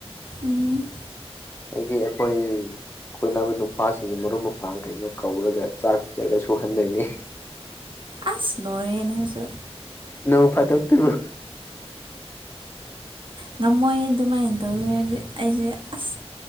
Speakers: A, on the right; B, on the left.
A: ꯎꯝ
B: ꯍꯥꯏꯗꯤ ꯑꯩꯈꯣꯏ ꯀꯣꯏꯅꯕ ꯅꯨꯄꯥꯁꯤꯡꯒꯤ ꯃꯔꯨꯞ ꯃꯄꯥꯡ ꯀꯩꯅꯣ ꯀꯧꯔꯒ ꯆꯥꯛ ꯆꯔ ꯁꯨꯍꯟꯗꯣꯏꯅꯦ
A: ꯑꯁ ꯂꯣꯏꯔꯦ ꯅꯪꯖꯨ
B: ꯅꯣꯡꯐꯗꯣꯛ ꯇꯨꯕꯨ
A: ꯉꯝꯃꯣꯏ ꯑꯗꯨꯃꯥꯏꯅ ꯇꯧꯋꯤ ꯍꯧꯖꯤ ꯑꯩꯁꯦ ꯑꯁ